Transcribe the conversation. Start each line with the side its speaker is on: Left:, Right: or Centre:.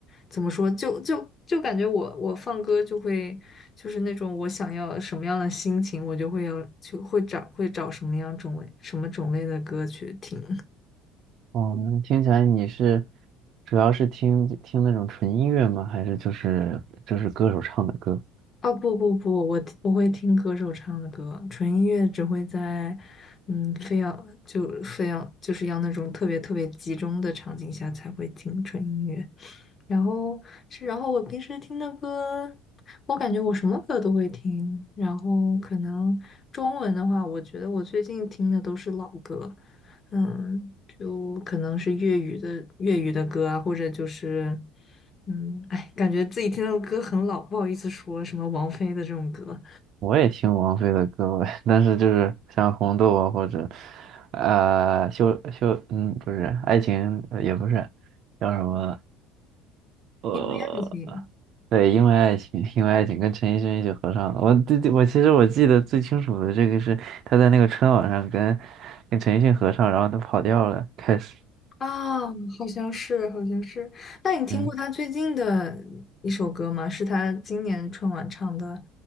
Left: 怎么说，就就就感觉我我放歌就会就是那种我想要什么样的心情，我就会有就会找会找什么样种类什么种类的歌去听。
Right: 哦，那听起来你是主要是听听那种纯音乐吗？还是就是就是歌手唱的歌？
Left: 哦，不不不，我不会听歌手唱的歌，纯音乐只会在，嗯，非要就非要就是要那种特别特别集中的场景下才会听纯音乐。然后是，然后我平时听的歌，我感觉我什么歌都会听。然后可能中文的话，我觉得我最近听的都是老歌，嗯，就可能是粤语的粤语的歌啊，或者就是，嗯，哎，感觉自己听的歌很老，不好意思说什么王菲的这种歌，
Right: 我也听王菲的歌呗，但是就是像红豆啊，或者呃秀秀，嗯，不是爱情，呃也不是叫什么呃
Left: 因为爱情
Right: 对，因为爱情，因为爱情跟陈奕迅一起合唱的。我对对，我其实我记得最清楚的这个是他在那个春晚上跟跟陈奕迅合唱，然后他跑调了，开始，
Left: 啊，好像是，好像是。那你听过他最近的一首歌吗？
Right: 嗯，
Left: 是他今年春晚唱的，